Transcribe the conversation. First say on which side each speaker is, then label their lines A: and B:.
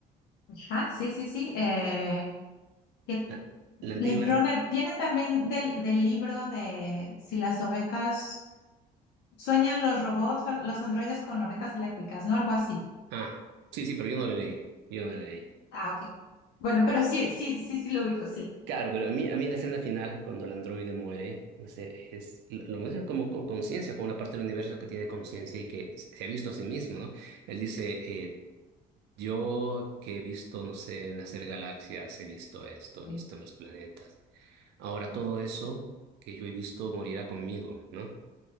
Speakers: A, on the left; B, on the right.
A: Ah, sí, sí, sí. eh, ¿qué,
B: La, la
A: Blade
B: antigua.
A: Runner viene también del, del libro de si las ovejas sueñan los robots, o los androides con ovejas eléctricas, ¿no? Algo así.
B: Ah, sí, sí, pero yo no la leí, yo no la leí.
A: Ah, ok. Bueno, pero sí, sí, sí, sí lo ubico, sí.
B: Claro, pero a mí, a mí la escena final, cuando el androide muere, no sé, es, lo, lo muestran como co- conciencia, como una parte del universo que tiene conciencia y que se se ha visto a sí mismo, ¿no? Él dice, eh, yo que he visto, no sé, nacer galaxias, he visto esto, he
A: sí.
B: visto los planetas. Ahora todo eso que yo he visto morirá conmigo, ¿no?